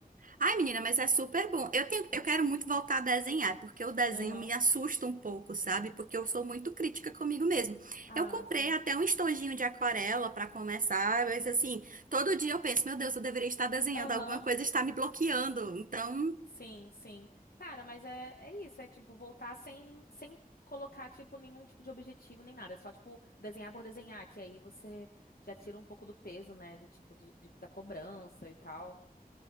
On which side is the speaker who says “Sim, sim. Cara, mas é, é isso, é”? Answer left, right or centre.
Left